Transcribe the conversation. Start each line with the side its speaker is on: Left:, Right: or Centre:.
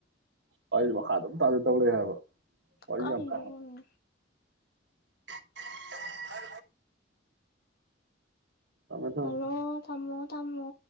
Right: ꯋꯥꯔꯤꯖꯦ ꯃꯈꯥ ꯑꯗꯨꯝ ꯇꯥꯗꯧ ꯇꯧ ꯂꯩ ꯍꯥꯏꯕ ꯋꯥꯔꯤ
Left: ꯀꯔꯤꯅꯣ
Right: ꯌꯥꯝ ꯀꯥꯕ
Left: ꯅꯪ
Right: <inaudible> ꯊꯝꯃꯦ ꯊꯝꯃꯦ
Left: ꯍꯜꯂꯣ ꯊꯝꯃꯣ ꯇꯝꯃꯣ